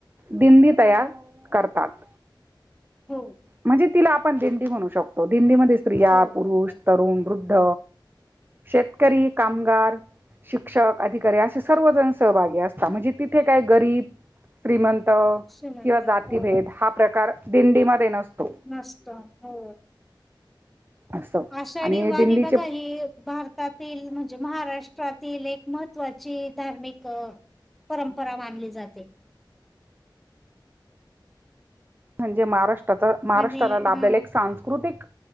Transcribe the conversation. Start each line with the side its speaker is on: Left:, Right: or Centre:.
Right: दिंडी तयार तात
Centre: हो.
Right: म्हणजे तिला आपण दिंडी म्हणू शकतो दिंडीमध्ये स्त्रिया
Centre: हो
Right: पुरुष
Centre: बरोबर
Right: तरुण वृद्ध शेतकरी कामगार शिक्षक अधिकारी असे सर्वजण सहभागी असतात म्हणजे तिथे काय गरीब श्रीमंत किंवा
Centre: श्रीमंत
Right: जातीभेद
Centre: हो
Right: हा प्रकार दिंडीमध्ये नसतो.
Centre: नस्त हो.
Right: असं
Centre: आषाढी
Right: आणि
Centre: वारी
Right: दिंडीचे
Centre: बघा ही भारतात. म्हणजे महाराष्ट्रातील एक महत्वाची धार्मिक परंपरा मानली जाते.
Right: म्हणजे महाराष्ट्रा महाराष्ट्राला
Centre: आणि
Right: लाभलेला
Centre: हा
Right: एक सांस्कृतिक